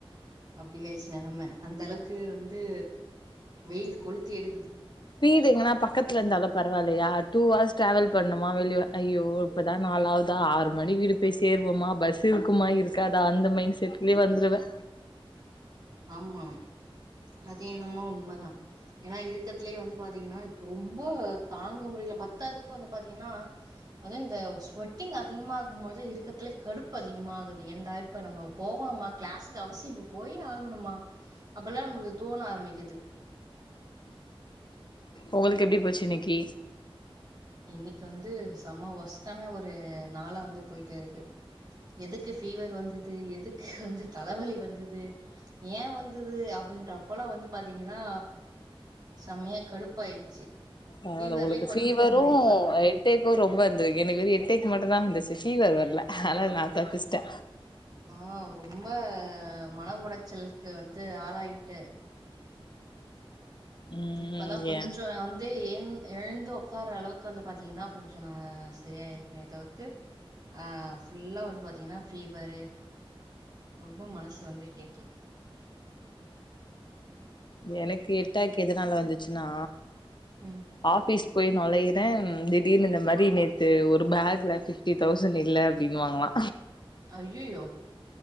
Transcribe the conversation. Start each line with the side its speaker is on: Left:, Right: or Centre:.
Right: அப்படியாயிர்ச்சு நெலம அந்த அளவுக்கு வந்து வெயில் கொளுத்தி எடுக்குது
Left: வீடு எங்கன்னா பக்கத்துல இருந்தாலு பரவாயில்லையா டூ அவர்ஸ் டிராவல் பண்ணுமா வெளியவா ஐயோ இப்போதா நாலாவ்தா ஆறு மணி வீடு போய் சேர்வோமா பஸ் இருக்குமா இருக்காதா அந்த மைண்ட் செட்லயே வந்துடுவே
Right: ஆமா அது என்னமோ உண்மதா ஏன்னா இருக்கத்தலயே வந்து பாத்தீங்கன்னா இப்ப ரொம்ப தாங்க முடியல பத்தாதுக்கு வந்து பாத்தீங்கன்னா அது இந்த ஸ் வெட்டிங் அதிகமாகு போது தா இருக்கதுலயே கடுப்பு அதிகமாகுது ஏண்டா இப்ப நம்ம போகணுமா கிளாஸுக்கு அவசியோ போயே ஆகணுமா அப்பல்லா நம்மளுக்கு தோண ஆரம்பிக்குது
Left: உங்களுக்கு எப்டி போச்சு இன்னைக்கு
Right: இன்னைக்கு வந்து செம ஒஷ்டான ஒரு நாளா வந்து போயட்டே இருக்கு எதுக்கு ஃபீவர் வந்தது எதுக்கு வந்து தலவலி வந்தது ஏ வந்துது அப்டின்றப்போல வந்து பாத்தீங்கன்னா செம்மையா கடுப்பாயிருச்சு
Left: அதால
Right: ஃபீவர்லயே
Left: உங்களுக்கு
Right: படுத்துட்டு
Left: பீவரும்
Right: இருந்தேன். இப்ப
Left: ஹெட் ஏக்கும் ரொம்ப இருந்துருக்கு எனக்கு வெறு ஹெட்டேக் மட்டுந்தா வந்துச்சு ஃபீவர் வரல அதனால நா தப்பிச்சுட்டே
Right: ஆ ரொம்ப மன உளச்சலுக்கு வந்து ஆளாய்ட்டு
Left: ம்
Right: இப்பதா கொஞ்சோ
Left: ஏ
Right: அங் கே ஏ எழுந்து உக்காரற அளவுக்கு வந்து பாத்தீங்கன்னா கொஞ்சோ நா சரியாயிருக்கேனே தவிர்த்து ஆ ஃபுல்லா வந்து பாத்தீங்கன்னா பீவரு ரொம்ப மனசு வந்து கேக்ல
Left: எனக்கு எட்டாக் எதனால வந்துச்சுன்னா
Right: ம்
Left: ஆபிஸ் போய் நுழையறே திடீர்னு இந்த மாதிரி நேத்து ஒரு பேக்ல பிஃப்டி தௌசண்ட் இல்ல அப்டின்னுவாங்கலா
Right: ஐயயோ